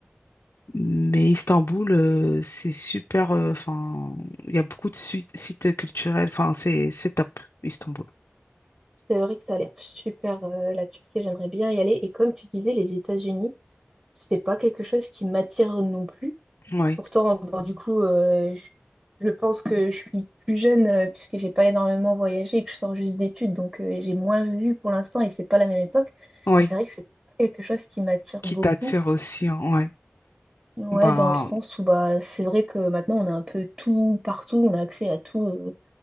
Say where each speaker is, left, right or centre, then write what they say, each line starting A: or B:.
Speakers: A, on the left (about 80°); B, on the right (about 30°).
A: Mais Istanbul, euh, c'est super. euh, Enfin, il y a beaucoup de su- sites culturels. Enfin, c'est c'est top, Istanbul.
B: C'est vrai que ça a l'air super, euh, la Turquie, j'aimerais bien y aller. Et comme tu disais, les États-Unis, c'est pas quelque chose qui m'attire non plus.
A: Oui,
B: Pourtant, bon, du coup, euh, je, je pense que je suis plus jeune euh, puisque j'ai pas énormément voyagé et que je sors juste d'études, donc euh, j'ai moins vu pour l'instant et c'est pas la même époque.
A: oui.
B: Mais c'est vrai que c'est pas quelque chose qui m'attire
A: Qui
B: beaucoup.
A: t'attire aussi, hein, ouais.
B: Ouais,
A: Bah,
B: dans le sens où bah c'est vrai que maintenant on a un peu tout partout, on a accès à tout, euh,